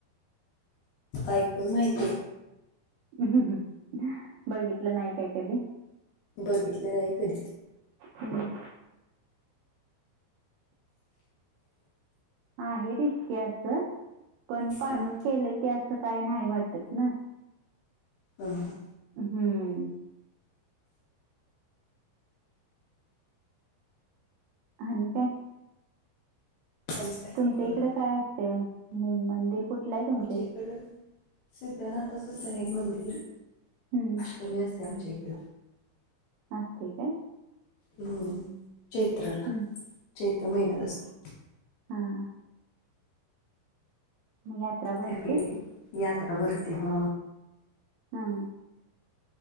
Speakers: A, on the left; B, on the right.
A: ऐकून माहिती.
B: हम् बघितलं नाही काय कधी?
A: बघितलेलं आहे कधीच.
B: हम्म. आहे रिचके असं, पण पाणू
A: हं,
B: केलं की असं काही नाही वाटत ना.
A: हम.
B: हम्म. आणि काय?
A: आणि काय नाही
B: तुमच्या
A: बघा
B: इकडे काय असते? मंदिर कुठलं आहे तुमच
A: इकड सिद्धनाथ असं जईब मंदिर.
B: हं.
A: तम्यवसम जेकलं.
B: असस्ते काय?
A: हम्म चैत्रला,
B: हं.
A: चैत्र मेनत असते.
B: हा हा. मग यात्रा भरते?
A: त्यावेळी यात्रा भरते हा!
B: हा.